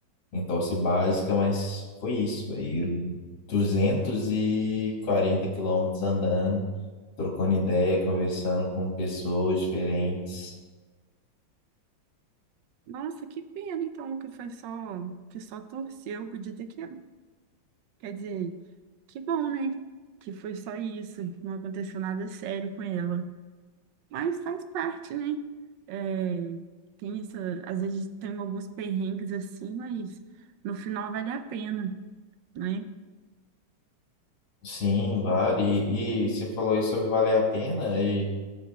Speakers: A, on the left; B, on the right.
A: entorse básica, mas foi isso, aí 240 quilômetros andando, trocando ideia, conversando com pessoas diferentes.
B: nossa, que pena, então, que foi só, que só torceu. Podia ter que Quer dizer, que bom, né? Que foi só isso, não aconteceu nada sério com ela. Mas faz parte, né? É, tem essa, às vezes tem alguns perrengues assim, mas no final vale a pena, né?
A: Sim, vale. E, e você falou isso sobre valer a pena e